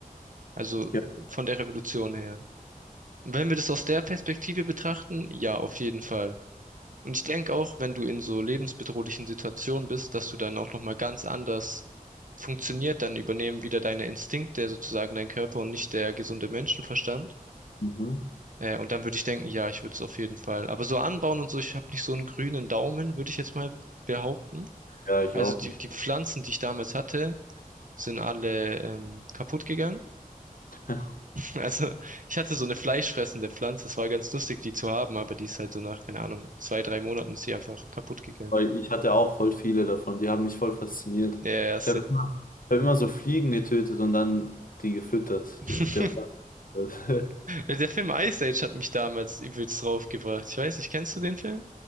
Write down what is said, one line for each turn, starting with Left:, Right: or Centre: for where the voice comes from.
Right: Also
Left: Ja.
Right: von der Revolution her. Und wenn wir das aus der Perspektive betrachten, ja, auf jeden Fall. Und ich denke auch, wenn du in so lebensbedrohlichen Situationen bist, dass du dann auch nochmal ganz anders funktioniert, dann übernehmen wieder deine Instinkte sozusagen dein Körper und nicht der gesunde Menschenverstand.
Left: Mhm.
Right: Äh, und dann würde ich denken, ja, ich würde es auf jeden Fall. Aber so anbauen und so, ich habe nicht so einen grünen Daumen, würde ich jetzt mal behaupten.
Left: Ja, ich
Right: Also
Left: auch
Right: die,
Left: nicht.
Right: die Pflanzen, die ich damals hatte, sind alle ähm, kaputt gegangen.
Left: <laughs>
Right: <laughs> Also ich hatte so eine fleischfressende Pflanze, es war ganz lustig, die zu haben, aber die ist halt so nach, keine Ahnung, zwei, drei Monaten ist sie einfach kaputt gegangen.
Left: Weil ich hatte auch voll viele davon. Die haben mich voll fasziniert.
Right: Ja, yeah,
Left: Ich habe immer, ich hab immer so Fliegen getötet und dann die gefüttert. Der,
Right: <laughs>
Left: der, <laughs>
Right: Der Film Ice Age hat mich damals übelst draufgebracht. Ich weiß nicht, kennst du den Film?